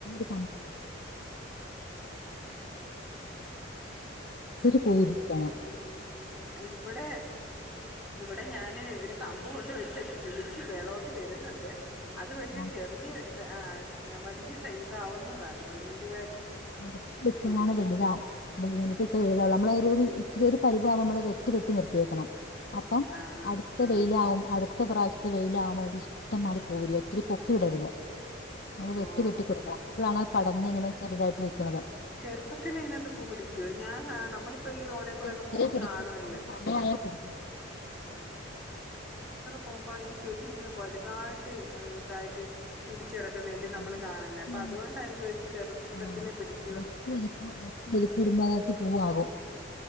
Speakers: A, on the left; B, in the centre.
A: <unintelligible> ഒത്തിരി പൂ വിരിഞ്ഞു നിക്കാണ്
B: അയ് ഇവിടെ ഇവിടെ ഞാനേ ഒരു കമ്പു കൊണ്ടു വച്ചതെ കിളിച്ചു മേളോട്ട് വരുന്നുണ്ട് അതു പക്ഷെ
A: ആ
B: ചെറിയ തെ ആ വല്യസൈസാവുന്നതാണ് വല്യ
A: നെലത്ത് വെച്ച്ങ്ങാണ്ട്
B: പിടിക്കുന്ന
A: വലുതാ <unintelligible> നമ്മളരൊരു ഇച്ചിരി ഒരു പരുവവുമ്പോൾ വെട്ടി വെട്ടി നിർത്തിയേക്കണം അപ്പം
B: ആ
A: അടുത്ത
B: ആ
A: വെയിലാവും അടുത്ത ടുത്ത പ്രാവശ്യത്തെ വെയിലവുമ്പ് ഇഷ്ടം മാതിരി പൂ വിരിയും ഒത്തിരി പൊക്കി വിടരുത് നമ്മളെ വെട്ടി
B: ഓ
A: വെട്ടി കൊടുക്കണം അപ്പളാണ് അത് പടർന്നിങ്ങനെ ചെറുതായിട്ട് നിക്ക്‌ണത്
B: ചെറുപത്തിലെ ഇതിനാത്തു പൂ പിടിക്കോ ഞാൻ <unintelligible> നമ്മളിപ് ഇപ്പ ഈ റോഡേകൂടൊക്കെ
A: ചെറുപ്പത്തിലേ
B: പോകുമ്പം
A: പിടിക്കും
B: കാണുവല്ലോ
A: അതിന് സമയായാൽ പിടിക്കും
B: പോഉമ്പം ഈ ചെടിയിങ്ങനെ വലുതായിട്ട് ഇതായിട്ട് പിടിച് കെടക് നെല്ല് നമ്മളെ
A: അത്
B: കാണ്ന്നെ
A: വെട്ടി
B: അപ്പം അതുകൊണ്ടാ ഞാൻ ചോയ്ച്ച് ചെറുപ്പത്തിലേ
A: ആ
B: പിടിയ്
A: വെട്ടി ഒതുക്കൊ വെട്ടി ഒതുക്കി ഇടുമ്പം അത <unintelligible> പൂവാകും